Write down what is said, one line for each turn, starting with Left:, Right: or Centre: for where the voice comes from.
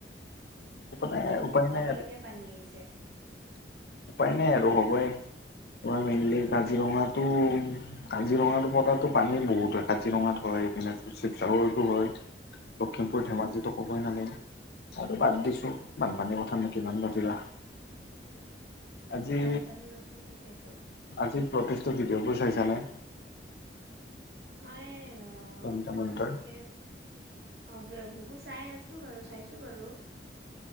Left: মানে
Right: একদম
Left: উপায়
Right: কঁকাললৈকে
Left: নাই আৰু
Right: পানী আহিছে।
Left: উপায় নাই আৰু হ'বই। তোমাৰ মেইনলি কাজিৰঙাটো, কাজিৰঙাৰ পৰাতো পানী বহুত হয়। কাজিৰঙাত হয় এইপিনে শিৱসাগৰটো হয় লখিমপুৰ
Right: উম,
Left: ধেমাজিতো
Right: হম,
Left: ক'বই নালাগে আৰু বাদ দিছো বানপানীৰ কথানো কিমান পাতিবা আজি
Right: বানপানী কথাই থাকেতো
Left: আজি প্ৰতেষ্টটো ভিডিঅ' বোৰ চাইছানে
Right: মই অ
Left: জন্তৰ
Right: ফোন
Left: মন্তৰ
Right: এনেক অ সেইবোৰ চাই আছো বাৰু চাইছো বাৰু